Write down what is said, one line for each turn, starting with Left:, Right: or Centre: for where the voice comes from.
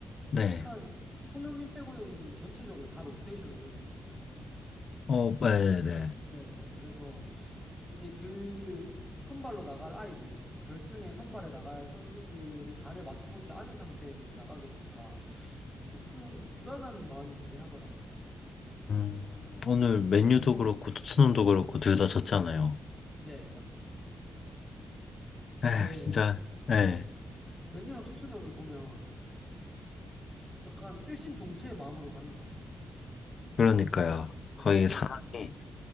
Left: 네.
Centre: 약간 손흥민 빼고는 전체적으로 다 로테이션을 돌렸거든요.
Left: 어, 네네.
Centre: 네네. 그래서 이제 그 선발로 나갈 아이들, 결승에 선발에 나갈 선수들이 발을 맞춰보지 않은 상태에서 이제 나가게 되니까 조금 불안한 마음이 들긴 하더라고요.
Left: 음, 오늘 맨유도 그렇고 토트넘도 그렇고 둘 다 졌잖아요.
Centre: 네, 맞아요. 이게
Left: 에, 진짜.
Centre: 네.
Left: 예.
Centre: 맨유랑 토트넘이 보면 약간 일심동체의 마음으로 가는 것 같아요.
Left: 그러니까요.
Centre: 네,
Left: 거의 상황이